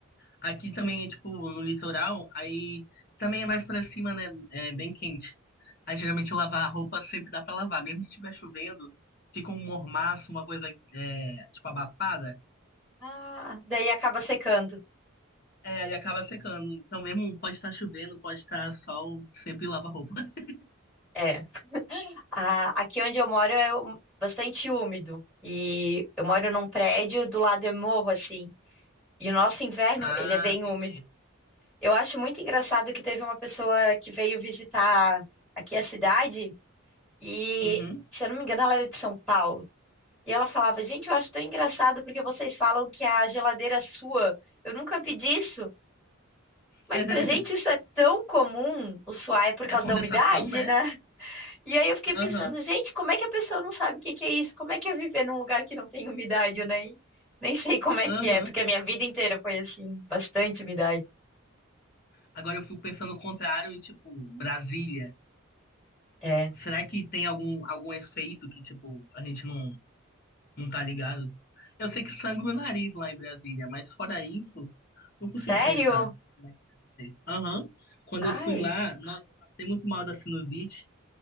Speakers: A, on the left (about 45°); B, in the centre.
A: Aqui também é tipo no litoral, aí também é mais pra cima, né? É bem quente. Aí geralmente lavar a roupa sempre dá pra lavar, mesmo se estiver chovendo, fica um mormaço, uma coisa é, tipo abafada.
B: Ah, daí acaba secando.
A: É, aí acaba secando. Então mesmo pode estar chovendo, pode estar sol, sempre lava a roupa. <laughs>
B: É. A- aqui onde eu moro é um- bastante úmido. E eu moro num prédio, do lado é morro, assim. E o nosso inverno,
A: Ah,
B: ele é bem
A: entendi.
B: úmido. Eu acho muito engraçado que teve uma pessoa que veio visitar aqui a cidade e,
A: Uhum.
B: se eu não me engano, ela era de São Paulo. E ela falava, gente, eu acho tão engraçado porque vocês falam que a geladeira sua. Eu nunca vi disso. Mas
A: <laughs>
B: pra gente isso é tão comum. O suar é por causa
A: É a condensação,
B: da umidade,
A: né?
B: né? E aí eu fiquei pensando,
A: Aham,
B: gente, como é que a pessoa não sabe o que que é isso? Como é que é viver num lugar que não tem umidade? Eu nem, nem sei como é
A: aham.
B: que é, porque a minha vida inteira foi assim, bastante umidade.
A: Agora eu fico pensando o contrário e, tipo, Brasília.
B: É.
A: Será que tem algum, algum efeito que, tipo, a gente não, não tá ligado? Eu sei que sangra o nariz lá em Brasília, mas fora isso, não
B: Sério?
A: consigo pensar. como é que deve ser. Aham. Quando
B: Ai.
A: eu fui lá, nossa, eu passei muito mal da sinusite,